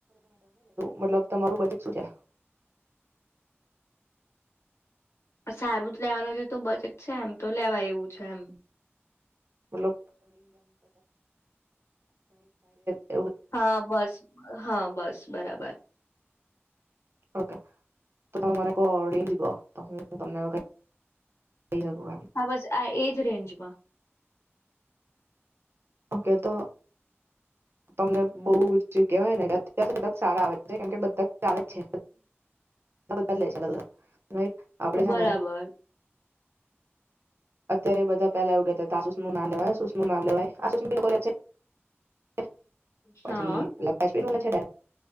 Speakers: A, on the right; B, on the left.
A: મતલબ તમારુ બજેટ શું છે?
B: સારું જ લેવાનું જે તો બજેટ છે એમ તો લેવાય એવું છે એમ
A: મતલબ <inaudible>
B: હા બસ. હા બસ. બરાબર.
A: ઓકે તમે મને કોહ રેન્જ કોહ તો હું તમને કહી શકું એમ
B: હા બસ. આ એજ રેન્જમાં.
A: ઓકે તો તમને બો જે કેહવાય ને બધાં સારા આવે છે કેમકે બધાં ચાલે છે. એ તો બધા લેય છે મતલબ આપડે છે
B: બરાબર.
A: ને અત્યારે બધા પેહલા એવુ કહેતા આ શૂઝ નું નામ લેવાય આ શૂઝ નું નામ લેવાય <unintelligible> <unintelligible>
B: હા